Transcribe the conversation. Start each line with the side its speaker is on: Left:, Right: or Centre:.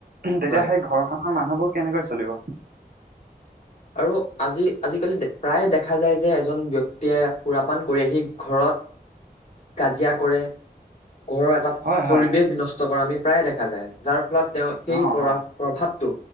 Right: তেতিয়া
Left: হয়
Right: সেই ঘৰখনৰ মানুহবোৰ কেনেকৈ চলিব
Left: আৰু আজি আজিকালি প্ৰায়ে দেখা যায় যে- এজন ব্যক্তিয়ে সুৰাপান কৰি আহি ঘৰত। কাজিয়া কৰে ঘৰৰ এটা
Right: হয় হয়
Left: পৰিৱেশ
Right: হয়
Left: বিনষ্ট কৰা আমি প্ৰায়ে দেখা যায় যাৰ ফলত তেওঁ সেই
Right: অ
Left: প্ৰভাৱ
Right: হয়
Left: প্ৰভাৱটো